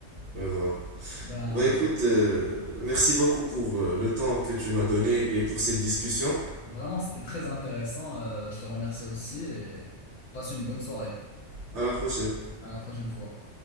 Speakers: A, on the right (about 65°); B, on the left (about 75°).
A: je vois.
B: Ben,
A: Bah écoute, euh, merci beaucoup pour euh, le temps que tu m'as donné et pour cette discussion.
B: vraiment, c'était très intéressant. Euh, je te remercie aussi et passe une bonne soirée.
A: À la prochaine.
B: À la prochaine fois.